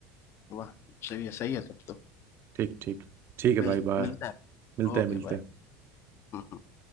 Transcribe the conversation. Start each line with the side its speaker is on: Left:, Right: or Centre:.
Left: वाह सही है सही है तब तो
Right: ठीक ठीक ठीक है
Left: मिल
Right: भाई बाय
Left: मिलता है
Right: मिलते
Left: Okay
Right: हैं मिलते हैं
Left: bye